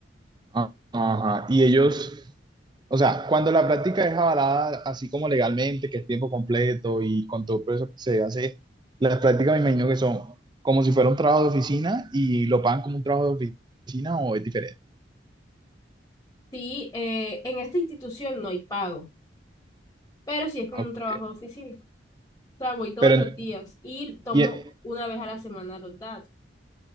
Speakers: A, on the right (about 25°); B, on the left (about 20°).
A: A- Ajá. Y ellos, o sea, cuando la práctica es avalada así como legalmente, que es tiempo completo y con todo eso que se hace, las prácticas me imagino que son como si fuera un trabajo de oficina y lo pagan como un trabajo de oficina o es diferente.
B: Sí, eh, en esta institución no hay pago, pero sí es como
A: Ok.
B: un trabajo de oficina. O sea, voy todos
A: Pero,
B: los
A: en-
B: días y tomo
A: y,
B: una vez a la semana los datos.